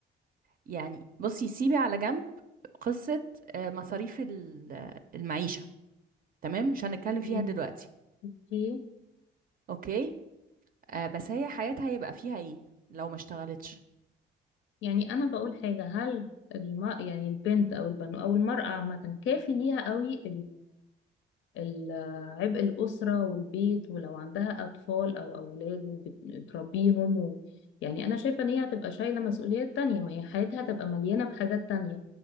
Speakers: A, on the right; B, on the left.
A: يعني بصي سيبي على جنب قصه آه مصاريف ال- المعيشه تمام مش هنتكلم فيها
B: تمام
A: دلوقتي
B: اوكي
A: اوكي آه، بس هي حياتها هيبقى فيها ايه لو ما اشتغلتش
B: يعني انا بقول حاجه هل الم... يعني البنت او البنو او المراه عامه كافي ليها قوي ال- عبء الأسرة والبيت ولو عندها أطفال أو أولاد وبتربيهم و... يعني أنا شايفة إن هي هتبقى شايلة مسؤوليات تانية ما هي حياتها هتبقى مليانة بحاجات تانية